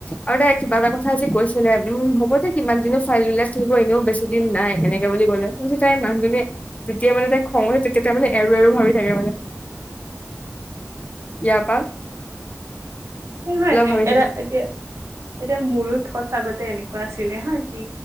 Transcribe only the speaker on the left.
আৰু তাই কিবা এটা কথা আজি কৈছি ছিলে। উম হ'ব দে কিমান দিননো ছোৱালী বিলাক থাকিব এনেও বেছি দিন নাই। এনে এনেকে বুলি ক'লে। মই ভাবিছোঁ তাই মানুহজনীয়ে যেতিয়া মানে তাই খং উঠে তেতিয়া তাই মানে এৰো এৰো ভাবি থাকে মানে। ইয়াৰ পা।
ভাবি
থাকে